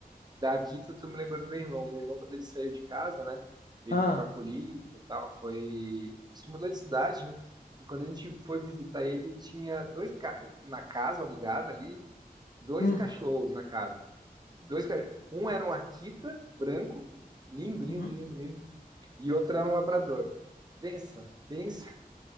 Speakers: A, on the right; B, on the left.
A: Da Akita, tu me lembrou do meu irmão. Meu irmão, quando ele saiu de casa, né? Ele
B: Ah.
A: foi pra polícia e tal, foi... Se mudou de cidade, né? E quando a gente foi visitar ele, ele tinha dois... ca- Na casa alugada ali, dois
B: hum.
A: cachorros na casa. Dois cachorros. Um era um Akita branco, lindo, lindo,
B: hum.
A: lindo, lindo. E outro era um labrador. Pensa, pensa,